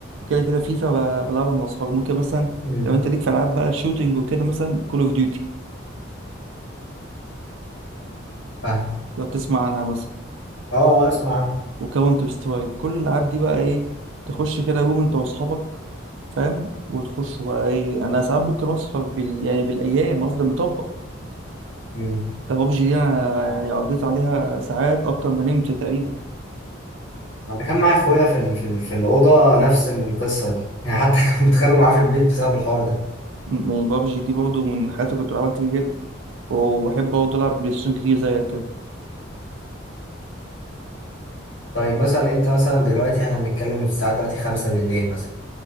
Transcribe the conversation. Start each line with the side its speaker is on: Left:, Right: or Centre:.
Right: كده كده فيفا ب- بلعبها مع اصحابي ممكن مثلا
Left: امم
Right: لو انت ليك في العاب بقى الشوتينج وكده مثلا كول اوف ديوتي
Left: فاهم
Right: لو تسمع عنها مثلا
Left: اه آه، اسمع عنه
Right: وكاونتر سترايك كل الالعاب دي بقى ايه تخش كده يوم انت واصحابك فاهم وتخش بقى ايه انا ساعات ممكن اسهر بال... يعني بالايام افضل مطبق
Left: امم
Right: ده بابجي دي انا يعني قضيت عليها ساعات اكتر ما نمت تقريبا
Left: انا كان معايا اخويا في ال... في ال... في الاوضه نفس القصه دي يعني حتى <laughs> كانوا بيتخانقوا معاه في البيت بسبب الحوار ده
Right: م- يعني بابجي دي برضو من حياتي كنت بلعبها كتير جدا وبحب برضه العب بلاي ستيشن كتير زيك كده
Left: طيب مثلا انت مثلا دلوقتي احنا بنتكلم الساعه دلوقتي خمسة بالليل مثلا